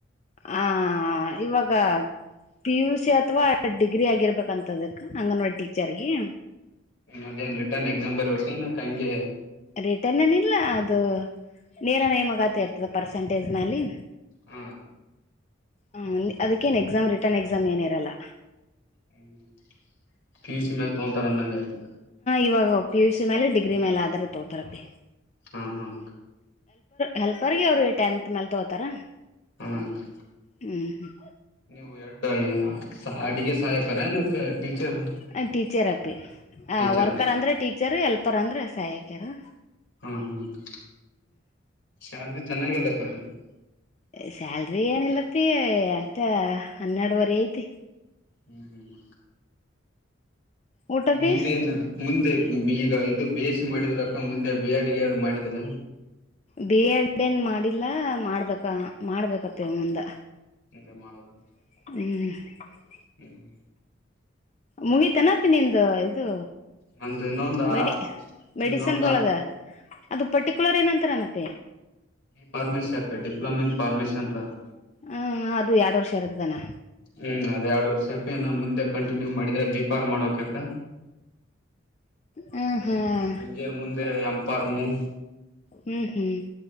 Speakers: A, on the left; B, on the left.
A: ಆ ಇವಾಗ ಪಿ ಯು ಸಿ ಅಥವಾ ಡಿಗ್ರಿ ಆಗಿರ್ಬೇಕಂತದಕ್ಕ ಅಂಗನ್ವಾಡಿ ಟೀಚರ್ಗೆ.
B: ಹ್ಮ್ ಅದೇನ್ ರಿಟರ್ನ್ ಎಕ್ಸಾಮ್ ಬರಿಬೇಕ್ ಏನಕ್ಕ ಹಂಗೆ.
A: ರಿಟರ್ನ್ ಏನಿಲ್ಲ ಅದು ನೇರ ನೇಮಕಾತಿ ಇರ್ತದೆ ಪರ್ಸೆಂಟೇಜ್ ಮ್ಯಲಿ.
B: ಹ್ಮ
A: ಹ ಅದಕ್ಕೇನ್ ಎಕ್ಸಾಮ್ ರಿಟರ್ನ್ ಎಕ್ಸಾಮ್ ಏನಿರಲ್ಲ.
B: ಹ್ಮ್ ಪಿ ಯು ಸಿ ಮೇಲ್ ತೊಂತಾರ್ ಅಂದಂಗ್ ಆಯ್ತು.
A: ಇವಾಗ ಪಿ ಯು ಸಿ ಮೇಲೆ ಡಿಗ್ರಿ ಮೇಲೆ ಆತರ ತೋತರ್ ಅಪ್ಪಿ.
B: ಹ ಹ.
A: ಹೆಲ್ಪರ್ಗೆ ಅವ್ರು ಟೆಂತ್ ಮೇಲ್ ತಗೋತಾರ.
B: ಹ್ಮ ಕ್ಕ.
A: ಹ್ಮ್ ಹ್ಮ.
B: ನೀವು ಏಡ್ಡ ಅಡಿಗೆ ಸಹಾಯಕರ ಏನಕ್ಕೆ ಟೀಚರ್.
A: ಅ ಟೀಚರ್ ಅಪ್ ಪಿ ಅ
B: ಟೀಚರ್
A: ವರ್ಕರ್ ಅಂದ್ರೆ ಟೀಚರ್ ಹೆಲ್ಪರ್ ಅಂದ್ರೆ ಅಸ್ ಪಯಕ್ಯರು.
B: ಹಾ ಹಾ ಅಕ್ಕ ಶ್ಯಾಲ್ರಿ ಚೆನ್ನಾಗ್ ಅದಕ್ಕ ಅದ್ರಲ್ಲಿ.
A: ಸ್ಯಾಲ್ರಿ ಏನಿಲ್ಲಪ್ಪಿ ಅಷ್ಟ ಹನ್ನೆರ್ಡುವರೆ ಐತಿ.
B: ಹ್ಮ್ ಹ್ಮ್.
A: ಊಟ
B: ನಿ
A: ಅಪ್ಪಿ
B: ಮುಂದ್ ಏನ. ಮುಂದೆ ಬಿ ಗಾ ಇದು ಬಿ ಎಸ್ ಸಿ ಮಾಡಿದ್ರಕ್ಕ ಮುಂದೆ ಬಿ ಎಡ್ ಗಿ ಎಡ್ ಮಾಡಿದ್ರ.
A: ಬಿ ಎಡ್ ಏನ್ ಮಾಡಿಲ್ಲಾ ಮಾಡ್ಬೇಕ ಮಾಡ್ಬೇಕಪ್ಪಿ ಮುಂದ.
B: ಲೆ ಮಾಡೋಕ.
A: ಹ್ಮ್
B: ಹ್ಮ್
A: ಮುಗಿತೆನಪ್ಪಿ ನಿಂದ ಇದು
B: ನಂದು ಇನ್ನೊಂದ
A: ಮೆಡಿ ಮೆಡಿಸನ್ದೊಳಗ.
B: ಇನ್ನೊಂದ
A: ಅದು ಪರ್ಟಿಕುಲರ್ ಏನ್ ಅಂತಾರ ಮತ್ತೆ
B: ಫಾರ್ಮಸಿ ಅಕ್ಕ ಡಿಪ್ಲೊಮೊ ಇನ್ ಫಾರ್ಮಸಿ ಅಂತ ಅಕ
A: ಹಾಂ ಅದು ಎರಡು ವರ್ಷ ಇರ್ತದನ
B: ಹ್ಮ್ ಅದೇ ಎರ್ಡ್ ಇನ್ನ ಮುಂದೆ ಕಂಟಿನ್ಯೂ ಮಾಡಿದ್ರ ಬೀ ಪಾರ್ಮ್ ಮಾಡ್ ಬೇಕ್ ಅಕ್ಕ
A: ಹಾಂ
B: ಮುನ್
A: ಹಾಂ
B: ಅಂಗೆ ಮುಂದೆ ಪಾರ್ಮು
A: ಹ್ಮ್ ಹ್ಮ್